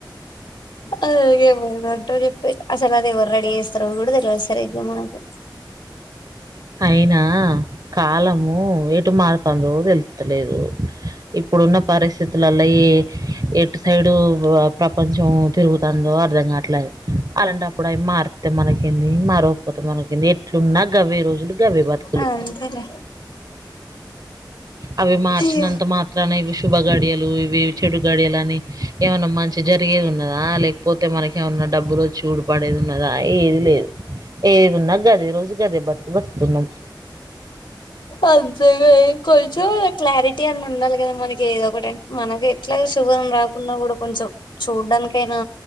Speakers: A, on the left; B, on the right.
A: అలాగ ఎవరు ఉంటో చెప్పి అసలు అది ఎవరు రెడీ చేస్తారు కూడా తెలియవదు సరే గోమ్మున ఇగ
B: అయినా కాలము ఎటు మారుతుందో తలవత్తలేదు ఇప్పుడు ఉన్న పరిస్థితుల్లో ఈ ఎటు సైడు ప్రపంచం తిరుగుతాందో అర్ధం కాట్లే అలాంటప్పుడు అవి మారితే మనకేంది మారవకపోతే మనకేంది ఎట్లున్నా కవి రోజులు కవే బతు
A: ఆ అంతేలే
B: అవి మార్చినంత
A: ఇగ
B: మాత్రాన ఇవి శుభ గడియలు ఇవి చెడు గడియలు అని ఏమన్నా మంచి జరిగేది ఉన్నదా లేకపోతే మనకేమన్నా డబ్బులు చూడు పడేది ఉన్నదా ఏది లేదు ఏదున్నా గదె రోజు గదె బతుకు బతుకుతున్నాం
A: అంతేగా ఇంకా కొంచెం క్లారిటీ అని ఉండాలి కదా మనకి ఏదో ఒకటి మనకు ఎట్లా చూస్తూ యుగం రాకుండా కూడా కొంచెం చూడ్డానికైనా